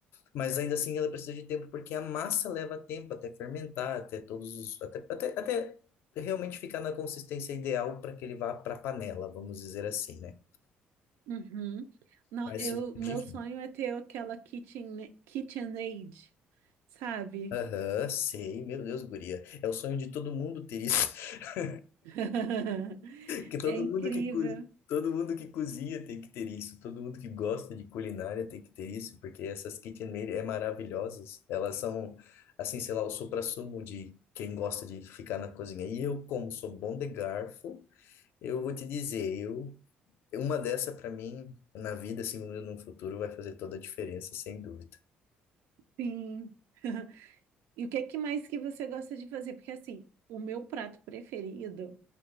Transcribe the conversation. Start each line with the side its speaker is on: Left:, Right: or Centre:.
Left: Mas ainda assim ela precisa de tempo, porque a massa leva tempo até fermentar, até todos os, até, até, até realmente ficar na consistência ideal para que ele vá para a panela, vamos dizer assim, né?
Right: uhum. Não,
Left: Vai
Right: eu,
Left: ser divino.
Right: meu sonho é ter aquela kitchen, KitchenAid, sabe?
Left: Aham, sei, meu Deus, guria. É o sonho de todo mundo ter isso. <laughs>
Right: <laughs>
Left: Que todo
Right: É incrível,
Left: mundo que, co- todo mundo que cozinha tem que ter isso. Todo mundo que gosta de culinária tem que ter isso, porque essas KitchenAid é maravilhosas. Elas são, assim, sei lá, o suprassumo de quem gosta de ficar na cozinha. E eu, como sou bom de garfo, eu vou te dizer, eu, uma dessa para mim, na vida, assim, no futuro, vai fazer toda a diferença, sem dúvida.
Right: sim. <laughs> E o que é que mais que você gosta de fazer? Porque assim, o meu prato preferido